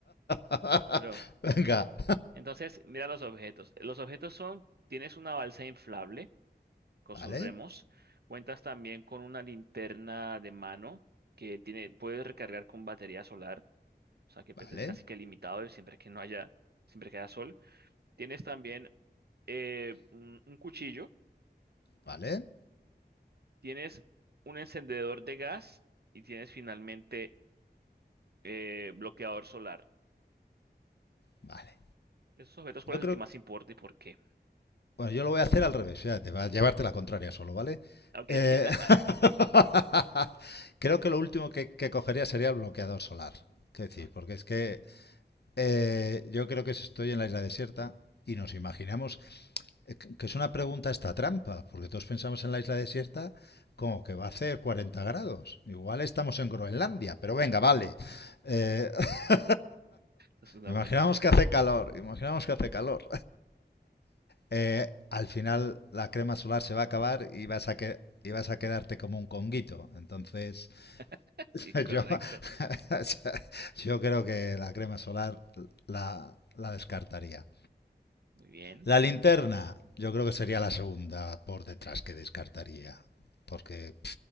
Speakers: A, on the left (about 70°); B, on the right (about 65°).
A: <laughs>
B: Bueno,
A: Venga.
B: entonces mira los objetos. Los objetos son, tienes una balsa inflable. con
A: Vale,
B: sus remos. Cuentas también con una linterna de mano que tiene, puedes recargar con batería solar, o sea que
A: vale,
B: pues, es casi que limitado y siempre que no haya, siempre que haya sol. Tienes también eh, un, un cuchillo,
A: vale,
B: tienes un encendedor de gas y tienes finalmente eh, bloqueador solar.
A: vale.
B: De Esos objetos, ¿cuál
A: Yo
B: es
A: creo,
B: el que más importa y por qué?
A: bueno, yo lo voy a hacer al revés, fíjate, va a llevarte la contraria solo, ¿vale?
B: Ok,
A: Eh,
B: <laughs>
A: <laughs> Creo que lo último que, que cogería sería el bloqueador solar. Que decir,
B: Ok,
A: porque es que Eh, yo creo que si estoy en la isla desierta y nos imaginamos eh, que es una pregunta esta trampa, porque todos pensamos en la isla desierta como que va a hacer 40 grados. Igual estamos en Groenlandia, pero venga, vale. Eh, <laughs>
B: esa es una
A: imaginamos
B: buena.
A: que hace calor, imaginamos que hace calor. Eh, al final la crema solar se va a acabar y vas a que y vas a quedarte como un conguito. Entonces,
B: <laughs>
A: <laughs>
B: Sí, correcto.
A: yo, <laughs> yo creo que la crema solar la, la descartaría.
B: Muy bien.
A: La linterna, yo creo que sería la segunda por detrás que descartaría. Porque,